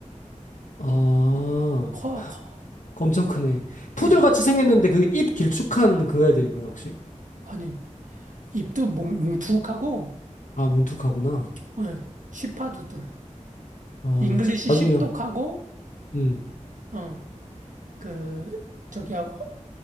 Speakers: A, on the left; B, on the right.
A: 아,
B: 커, 커.
A: 엄청 크네. 푸들같이
B: 예.
A: 생겼는데 그 입 길쭉한 그 애들인가요, 혹시?
B: 아니, 입도 뭉- 뭉툭하고,
A: 아, 뭉툭하구나.
B: 예. 쉬파두들.
A: 아,
B: 잉글리시
A: 시- 나중에,
B: 십독하고,
A: 한- 음,
B: 어, 그, 저기하고,